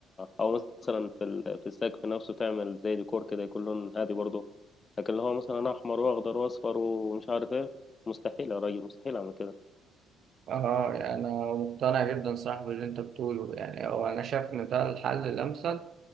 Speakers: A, on the left (about 30°); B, on the right (about 55°).
A: او مثلا في ال- في السقف نفسه تعمل زي ديكور كده يكون لون هادي برضه لكن اللي هو مثلا احمر واخضر واصفر ومش عارف ايه مستحيل يا راجل مستحيل اعمل كده
B: اه يعني انا مقتنع جدا صاحبي باللي انت بتقوله يعني هو انا شايف ان ده الحل الامثل